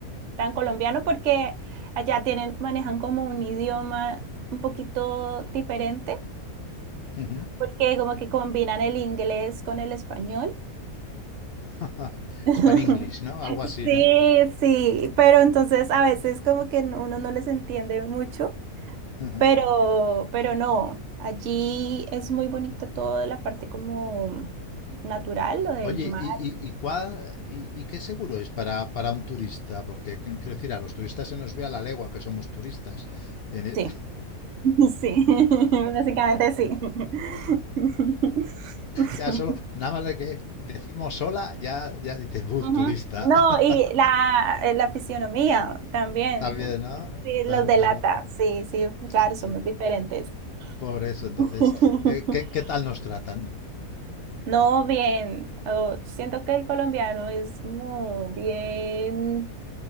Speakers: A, on the right; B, on the left.
A: tan colombiano porque allá tienen, manejan como un idioma un poquito diferente,
B: Ujú.
A: porque como que combinan el inglés con el español.
B: <laughs>
A: <laughs>
B: Span English, ¿no? Algo así,
A: Sí,
B: ¿no?
A: sí, pero entonces a veces como que n- uno no les entiende mucho.
B: Ujú.
A: Pero, pero no, allí es muy bonita toda la parte como natural, lo del
B: Oye,
A: mar.
B: ¿y, y, y cuál- y- y qué seguro es para, para un turista? Porque, qu- quiero decir, a los turistas se nos ve a la legua que somos turistas. En e-
A: Sí, <laughs> sí, <laughs> básicamente sí. <laughs>
B: Ya solo, nada más de que decimos sola, ya, ya dices, uh,
A: Ujú.
B: turista.
A: No, y
B: <laughs>
A: la, eh, la fisionomía también.
B: También, ¿no?
A: Sí, los
B: Claro,
A: delata,
B: claro.
A: sí, sí, claro,
B: Sí,
A: somos diferentes.
B: Por eso, entonces,
A: <laughs>
B: eh, ¿qué, qué tal nos tratan?
A: No, bien, oh, siento que el colombiano es como bien,